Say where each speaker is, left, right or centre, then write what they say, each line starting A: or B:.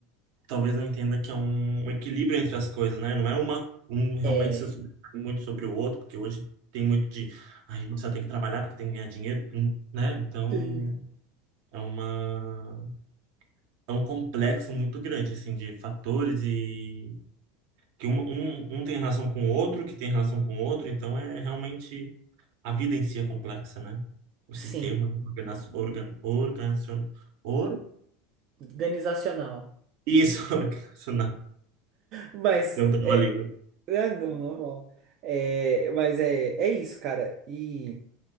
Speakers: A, on the right; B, on the right.
A: talvez não entenda que é um, um equilíbrio entre as coisas, né? Não é uma, um realmente
B: É.
A: ser sobre- muito sobre o outro, porque hoje tem muito de. "Ai, A gente só tem que trabalhar porque tem que ganhar dinheiro, né? Então
B: Sim.
A: é uma. É um complexo muito grande, assim, de fatores que um, um, um tem relação com o outro, que tem relação com o outro, então é realmente a vida em si é complexa, né? O
B: Sim,
A: sistema organa, organ, organizacional. Or,
B: organizacional.
A: isso, <laughs> organizacional.
B: Mas
A: Não trava a língua.
B: Ah, não, normal. É, mas é, é isso, cara. E